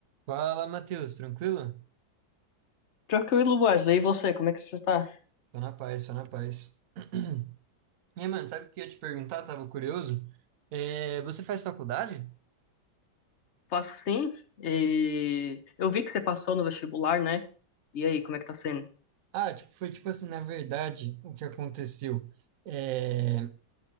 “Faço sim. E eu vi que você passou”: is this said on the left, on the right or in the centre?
Left